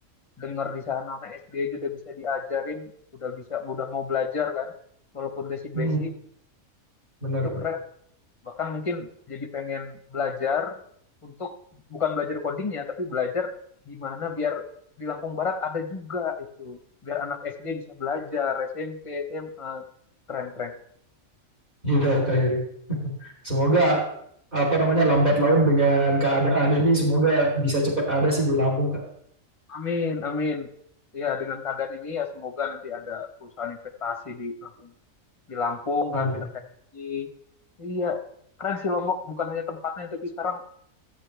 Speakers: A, on the left; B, on the right.
A: dengar di sana anak SD aja udah bisa diajarin, udah bisa udah mau belajar kan, walaupun basic-basic
B: Hmm, benar
A: itu
B: Kak.
A: keren. Bahkan mungkin jadi pengen belajar untuk bukan belajar codingnya, tapi belajar gimana biar di Lampung Barat ada juga itu, biar anak SD bisa belajar SMP SMA keren keren
B: Iya Kak Heri. Semoga apa namanya lambat laun dengan keadaan ini semoga bisa cepat ada sih di Lampung Kak.
A: Amin, amin. Ya, dengan keadaan ini ya semoga nanti ada perusahaan investasi di Lampung, di Lampung
B: Amin.
A: kan terkait ini. Iya, keren sih Lombok. Bukan hanya tempatnya, tapi sekarang